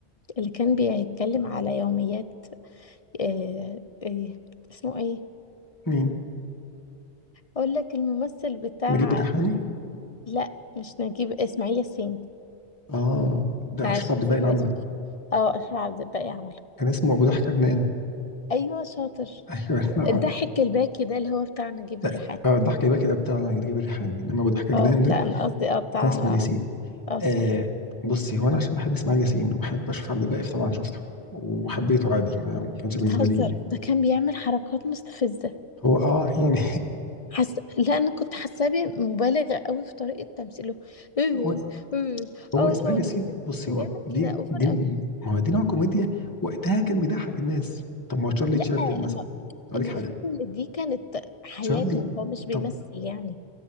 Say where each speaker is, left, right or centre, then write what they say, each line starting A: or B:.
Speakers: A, on the left; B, on the left.
A: اللي كان بيتكلم على يوميات آآ، آآ، اسمه إيه؟
B: مين
A: هاقول لك الممثل بتاع
B: نجيب الريحاني
A: لأ، مش نجيب إسماعيل ياسين،
B: اه ده
A: معلش
B: اشرف عبد
A: نسيت
B: الباقي اللي
A: الاسم.
B: عمله
A: آه، أشرف عبد الباقي عمله.
B: كان اسمه ابو ضحكه جنان
A: أيوه شاطر.
B: ايوه احنا
A: الضحك
B: اه
A: الباكي ده اللي هو بتاع نجيب
B: لا،
A: الريحاني.
B: اه، الضحكه يبقى كده بتاع نجيب الريحاني انما ابو ضحكه جنان
A: اه
B: ده
A: لا انا قصدي اه بتاع
B: بتاع اسماعيل ياسين
A: اه اسماعيل
B: آه بصي هو انا عشان بحب اسماعيل ياسين وبحب اشوف عبد الباقي طبعا شفته وحبيته عادي ما ما كانش
A: بتهزر
B: بالنسبه لي
A: ده كان بيعمل حركات مستفزة
B: هو اه يعني
A: حس... لا انا كنت حاساه بي- مبالغة قوي في طريقة تمثيله
B: <laughs>
A: ايه
B: هو
A: ايه
B: هو
A: اه
B: اسماعيل
A: طيب
B: ياسين بصي
A: كان
B: هو
A: بيعمل
B: دي
A: كده اوفر
B: دي
A: قوي
B: ما هو دي نوع كوميديا وقتها كان بيضحك الناس طب ما هو تشارلي
A: لا
B: تشابلن مثلا
A: ما-
B: اقول
A: المفروض
B: لك حاجه
A: ان دي كانت حياته
B: تشارلي
A: هو مش بيمثل
B: طب
A: يعني